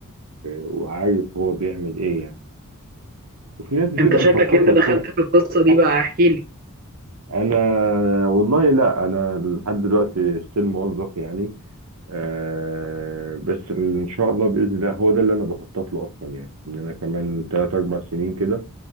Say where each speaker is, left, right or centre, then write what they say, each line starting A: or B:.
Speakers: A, on the right; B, on the right.
A: وعارف هو بيعمل ايه يعني وفي ناس بتبقى
B: انت شكلك
A: مخططة
B: انت دخلت
A: لكده
B: في القصه دي بقى احكي
A: انا والله لا انا لحد دلوقتي ستيل موظف يعني آه بس ان شاء الله باذن الله هو ده اللي انا بخطط له اصلا يعني ان انا كمان 3 4 سنين كده